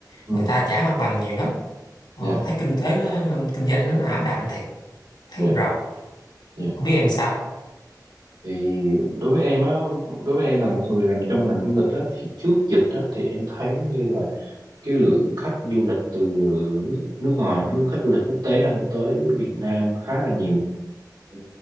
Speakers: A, on the right; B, on the left.
A: ừ.
B: Người ta trả mặt bằng nhiều lắm Ờ,
A: dạ
B: thấy kinh tế nó, mà kinh doanh nó, nó ảm đạm thiệt thấy
A: dạ
B: con rầu
A: dạ
B: không biết em sao
A: thì đối với em á đối với em là một người làm trong ngành du lịch á thì trước dịch á thì em thấy như là cái lượng khách du lịch từ nước nước ngoài nước khách du lịch quốc tế anh tới Việt Nam khá là nhiều Ừ,